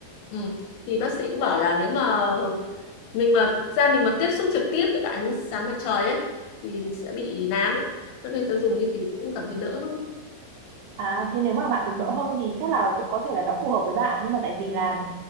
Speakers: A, on the left; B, on the right.
A: ừ. thì bác sĩ cũng bảo là nếu mà mình mà da mình mà tiếp xúc trực tiếp với cả ánh sáng mặt trời ấy thì sẽ bị nám cho nên tớ dùng như thì cũng cảm thấy đỡ hơn
B: À thế nếu mà bạn dùng đỡ hơn thì chắc là cũng có thể là nó phù hợp với bạn nhưng mà tại vì là